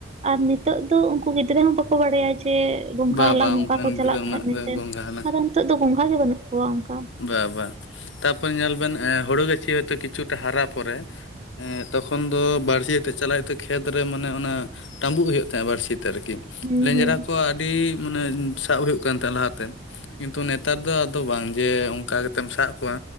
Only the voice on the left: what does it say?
ᱵᱟ
ᱵᱟ
ᱚᱱᱠᱟᱱ
ᱜᱤᱫᱽᱨᱟᱹ
ᱩᱱᱟᱹᱜ
ᱜᱚᱝᱜᱷᱟ
ᱵᱟ ᱵᱟ ᱛᱟᱯᱚᱨᱮ ᱧᱮᱞ ᱵᱮᱱ ᱦᱩᱲᱩ ᱜᱟᱹᱪᱷᱤ ᱦᱚᱛᱚ ᱠᱤᱪᱷᱩᱴᱟ ᱦᱟᱨᱟ ᱯᱚᱨᱮ ᱮᱸ ᱛᱚᱠᱷᱚᱱ ᱫᱚ ᱵᱟᱹᱲᱥᱤ ᱟᱛᱮᱫ ᱪᱟᱞᱟᱜ ᱦᱩᱭᱩᱜ ᱛᱟᱦᱮᱸᱫ ᱠᱷᱮᱛ ᱨᱮ ᱢᱟᱱᱮ ᱚᱱᱟ ᱴᱟᱵᱩᱜ ᱦᱩᱭᱩᱜ ᱛᱟᱦᱮᱸᱜ ᱵᱟᱨᱥᱤ ᱛᱮ ᱟᱨᱠᱤ
ᱱᱤᱸᱡᱮᱨᱟ
ᱠᱚ ᱟᱹᱰᱤ ᱢᱟᱱᱮ ᱥᱟᱵ ᱦᱩᱭᱩᱜ ᱠᱟᱱ ᱛᱟᱦᱮᱸᱫ ᱞᱟᱦᱟ ᱛᱮ ᱠᱤᱱᱛᱩ ᱱᱮᱛᱟᱨ ᱫᱚ ᱫᱚ ᱵᱟᱝ ᱡᱮ ᱚᱱᱠᱟ ᱠᱟᱛᱮᱢ ᱥᱟᱵ ᱠᱚᱣᱟ